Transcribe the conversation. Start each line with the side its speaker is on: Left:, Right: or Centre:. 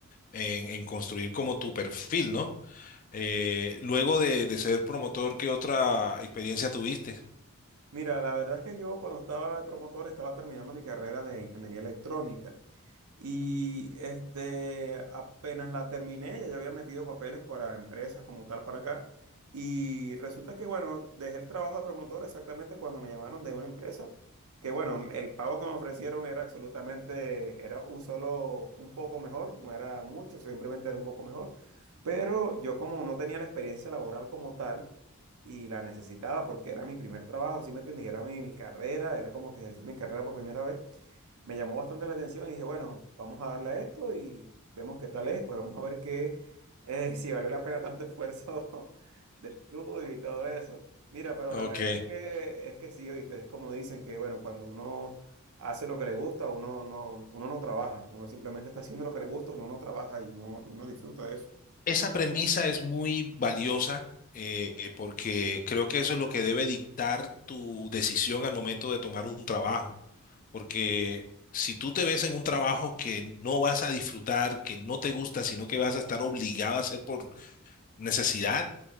Left: en, en construir como tu perfil, ¿no? Eh, luego de, de ser promotor, ¿qué otra experiencia tuviste?
Right: Mira, la verdad es que yo cuando estaba de promotor estaba terminando mi carrera de ingeniería electrónica y este apenas la terminé, ya yo había metido papeles para empresas como tal para acá y resulta que bueno, dejé el trabajo de promotor exactamente cuando me llamaron de una empresa que bueno, el pago que me ofrecieron era absolutamente, era un solo, un poco mejor, no era mucho, simplemente era un poco mejor, pero yo como no tenía la experiencia laboral como tal, y la necesitaba porque era mi primer trabajo, ¿sí me entiendes? Y era mi, mi carrera, era como que ejercer mi carrera por primera vez. Me llamó bastante la atención y dije, bueno, vamos a darle a esto y vemos qué tal es, pues vamos a ver qué, <laughs> eh, si valió la pena tanto esfuerzo <laughs> de estudio y todo eso. Mira, pero
Left: Ok.
Right: la verdad es que, es que sí, oíste, es como dicen que, bueno, cuando uno hace lo que le gusta, uno no, uno no trabaja, uno simplemente está haciendo lo que le gusta, uno no trabaja y no, uno disfruta de eso.
Left: Esa premisa es muy valiosa eh, porque creo que eso es lo que debe dictar tu decisión al momento de tomar un trabajo. Porque si tú te ves en un trabajo que no vas a disfrutar, que no te gusta, sino que vas a estar obligado a hacer por necesidad,